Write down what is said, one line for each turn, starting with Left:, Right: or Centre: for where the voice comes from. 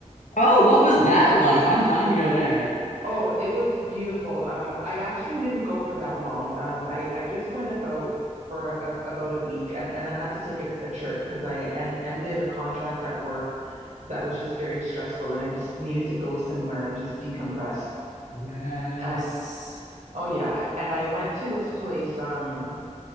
Left: Oh, what was
Right: Yeah.
Left: that like? I'm dying to go there.
Right: Oh, it was beautiful. Um, I actually didn't go for that long. Um, I I just went about for a, about a week, and and I had to take a, a trip because I en ended a contract at work that was just very stressful, and I just needed to go somewhere and just decompress.
Left: Yes.
Right: And oh yeah, and I went to this place. Um.